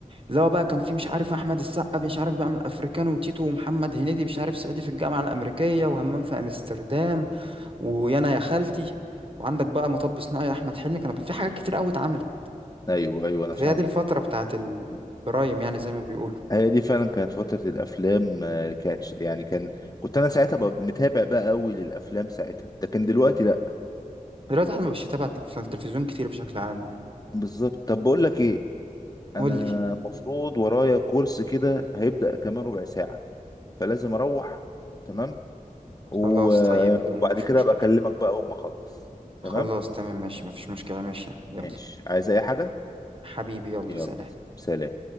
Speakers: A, on the right; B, on the left.
A: اللي هو بقى كان في مش عارف احمد السقا مش عارف بيعمل افريكانو وتيتو ومحمد هنيدي مش عارف صعيدي في الجامعه الامريكيه وهمام في امستردام ويانا يا خالتي وعندك بقى مطب صناعي احمد حلمي كان في حاجات كتير قوي اتعملت
B: ايوه ايوه انا
A: فهي
B: فاهمك
A: دي الفتره بتاعت البرايم يعني زي ما بيقولوا
B: هي دي فعلا كانت فترة الأفلام آه، كانت ش- يعني كان كنت أنا ساعتها ببقى متابع بقى أوي للأفلام ساعتها لكن دلوقتي لأ
A: دلوقتي احنا مش بتابع في التلفزيون كتير بشكل عام آه.
B: بالظبط طب بقول لك إيه
A: قول
B: أنا
A: لي
B: المفروض ورايا كورس كده هيبدأ كمان ربع ساعة فلازم أروح تمام و...
A: خلاص
B: آه،
A: طيب قوم
B: وبعد
A: مش
B: كده
A: مشكله
B: أبقى أكلمك بقى أول ما أخلص تمام
A: خلاص تمام ماشي مفيش مشكله ماشي يلا
B: ماشي عايز أي حاجة
A: حبيبي يلا
B: يلا
A: سلام
B: سلام